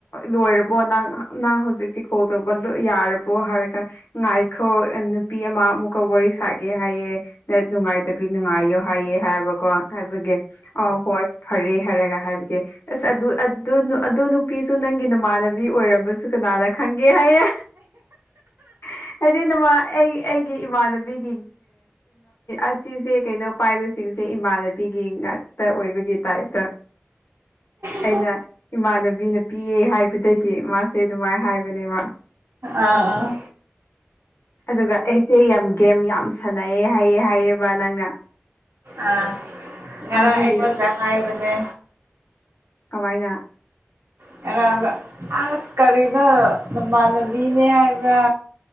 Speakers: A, on the left; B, on the right.
A: ꯂꯣꯏꯔꯕꯣ ꯅꯪ ꯅꯪ ꯍꯧꯖꯤꯛꯇꯤ ꯀꯣꯜ ꯇꯧꯕꯥ ꯂꯣꯏ ꯌꯥꯔꯕꯣ ꯍꯥꯏꯔꯀꯥꯟ ꯉꯥꯏꯈꯣ ꯅꯨꯄꯤ ꯑꯃ ꯑꯃꯨꯛꯀ ꯋꯥꯔꯤ ꯁꯥꯒꯦ ꯍꯥꯏꯌꯦ ꯅꯦꯠ ꯅꯨꯡꯉꯥꯏꯇꯕꯤ ꯅꯨꯡꯉꯥꯏꯌꯣ ꯍꯥꯏꯌꯦ ꯍꯥꯏꯕꯀꯣ ꯍꯥꯏꯕꯒꯤ ꯑ ꯍꯣꯏ ꯐꯔꯦ ꯍꯥꯔꯒ ꯍꯥꯏꯕꯒꯤ ꯑꯁ ꯑꯗꯨ ꯑꯗꯨ ꯅꯨꯄꯤꯁꯨ ꯅꯪꯒꯤ ꯅꯃꯥꯟꯅꯕꯤ ꯑꯣꯏꯔꯕꯁꯨ ꯀꯅꯥꯅ ꯈꯪꯒꯦ ꯍꯥꯏꯌꯦ <unintelligible> ꯑꯩꯗꯤ ꯅꯃꯥꯟ ꯑꯩ ꯑꯩꯒꯤ ꯏꯃꯥꯟꯅꯕꯤꯒꯤ ꯑꯁꯤꯁꯦ ꯀꯩꯅꯣ ꯄꯥꯏꯕꯁꯤꯡꯁꯦ ꯏꯃꯥꯟꯅꯕꯤꯒꯤ ꯉꯥꯛꯇ ꯑꯣꯏꯕꯒꯤ ꯇꯥꯏꯞꯇ ꯑꯩꯅ
B: ꯎ <inaudible>
A: ꯏꯃꯥꯟꯅꯕꯤꯅ ꯄꯤꯌꯦ ꯍꯥꯏꯕꯗꯒꯤ ꯃꯥꯁꯦ ꯑꯗꯨꯃꯥꯏꯅ ꯍꯥꯏꯕꯅꯦꯕ
B: ꯑꯥ ꯑꯥ
A: <inaudible> ꯑꯗꯨꯒ ꯑꯩꯁꯦ ꯌꯥꯝ ꯒꯦꯝ ꯌꯥꯝ ꯁꯥꯟꯅꯩꯑꯦ ꯍꯥꯏꯑꯦ ꯍꯥꯏꯑꯦꯕ ꯅꯪꯅ
B: ꯑꯥ ꯉꯥꯔꯥꯡ
A: ꯍꯥꯏꯕꯤꯔ
B: ꯑꯩꯉꯣꯟꯗꯥ ꯍꯥꯥꯢꯕꯅꯦ
A: ꯀꯃꯥꯏꯅ
B: ꯉꯔꯥꯡꯗꯣ ꯑꯁ ꯀꯔꯤꯅꯣ ꯅꯃꯥꯟꯅꯕꯤꯅꯦ ꯍꯥꯏꯕ꯭ꯔꯥ